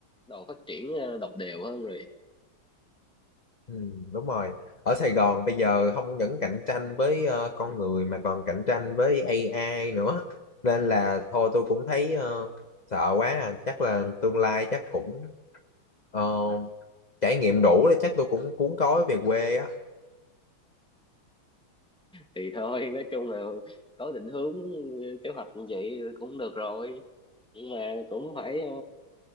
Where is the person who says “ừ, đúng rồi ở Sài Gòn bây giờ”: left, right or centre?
Left